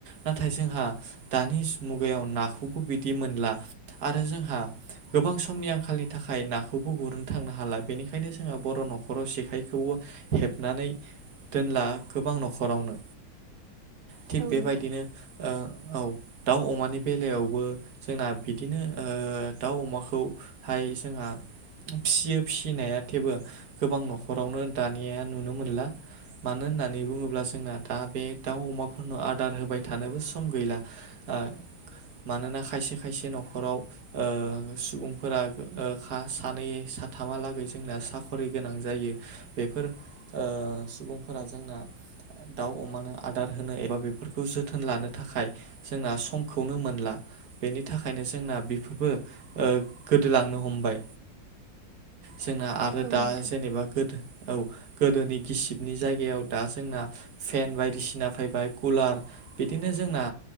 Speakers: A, on the right; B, on the right.
A: नाथाय जोंहा दानि मुगायाव नाखौबो बिदि मोनला आरो जोंहा गोबां समनि आंखालनि थाखाय नाखौबो गुरनो थांनो हाला बेनिखायनो जोंहा बर' न'खराव जेखायखौबो हेबनानै दोनला गोबां न'खरावनो थिग
B: औ
A: बेबायदिनो
B: नोंथां
A: औ दाउ अमानि बेलायावबो जोंना बिदिनो दाउ अमाखौहाय जोंहा फियो फिसिनाया थेबो गोबां न'खरावनो दानिा नुनो मोनला मानो होननानै होन्नानै बुङोब्ला जोंना दा बे दाउ अमाफोरनो आदार होबाय थानोबो सम गैला ओ मानोना खायसे खायसे न'खराव ओ सुबुंफोरा ओ खा सानै साथामहालागै जोंना साख'रि गोनां जायो बेफोर ओ सुबुंफोरा जोंना दाउ अमानो आदार होनो एबा बेफोरखौ जोथोन लानो थाखाय जोंना समखौनो मोनला बेनि थाखायनो जोंना बेफोरबो ओ गोदोलांनो हमबाय। जोंना आरो
B: औ नोंथां औ
A: दा
B: नोंथां
A: जेनोबा गोदो औ गोदोनि गिसिबनि जायगायाव दा जोंना फेन बायदिसिना फैबाय कुलार बिदिनो जोंना